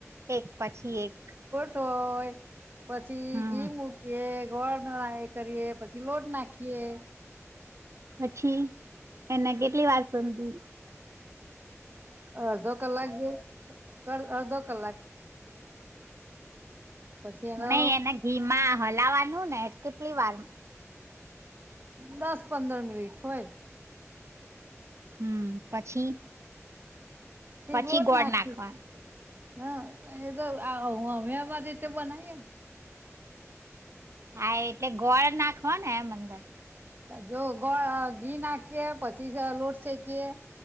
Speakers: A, on the right; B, on the right.
A: એક પછી એક
B: છ પછી
A: હમ
B: ઘી મૂકીએ ગોળ કરીએ પછી લોટ નાખીએ
A: પછી એના કેટલી વાર સમધી
B: પ અડધો કલાક જેવું અડધો કલાક પછી એનો
A: નઈ એના ઘીમાં હલાવા ને કેટલી વાર
B: દસ પંદર મિનિટ હોય
A: હમ પછી પછી
B: લોટ
A: ગોળ
B: નાખી
A: નાખવા
B: હા એ તો અ અમે માંરે રીતે બનાઈએ
A: હા એટલે ગોળ નાખ ખોને એમ મંદર
B: જો ગોળ ઘી નાખીએ પછી લોટ શેકીએ.